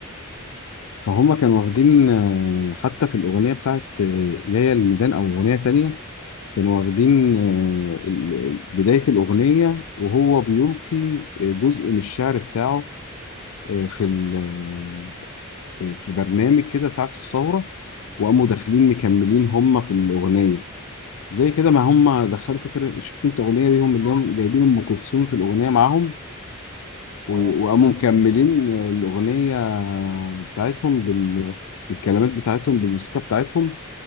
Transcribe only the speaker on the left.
فهم كانوا واخدين آه، حتى في الأغنية بتاعت آه، يا يا الميدان أو أغنية تانية كانوا واخدين آه، ال- ال- بداية الأغنية وهو بيلقي آه، جزء من الشعر بتاعه آه، في ال- آه، في برنامج كده ساعة الثورة وقاموا داخلين مكملين هم في الأغنية زي كده ما هم دخلوا فكرة شفت انت أغنية ليهم اللي هم جايبين أم كلثوم في الأغنية معاهم و-
وقاموا مكملين
الأغنية بتاعتهم بال... بالكلمات بتاعتهم بالموسيقى بتاعتهم